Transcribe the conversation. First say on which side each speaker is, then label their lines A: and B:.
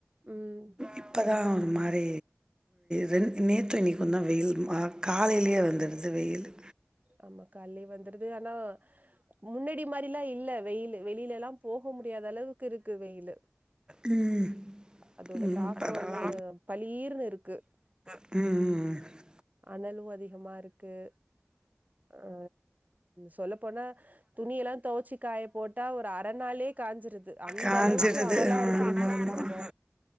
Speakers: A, on the right; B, on the right.
A: ம்
B: இப்பதா ஒருமாரி வெ நேத்து இன்னிக்குந்தா வெயில் மா காலையிலயே வந்துடுது வெயிலு
A: ஆமா காலைலயே வந்துடுது ஆனா முன்னாடி மாரில்லா இல்ல வெயிலு வெளியிலல்லா போக முடியாத அளவுக் க்கு இருக்கு வெயிலு
B: ம்
A: அதோட
B: ம்
A: தாக்கோ
B: பரவாயில்ல
A: வந்து பலீர்ன்னு இருக்கு
B: ம் ம் ம்
A: அனலும் அதிகமாயிருக்கு அ சொல்ல போனா துணியெல்லா துவச்சி காய போட்டா ஒரு அறநாளே காஞ்சிருது அந்த
B: காஞ்சிடுது
A: அளவுக்கு அனலா
B: ஆமாம்
A: இருந்திருக் கு
B: ஆமாம்
A: ரொம்பா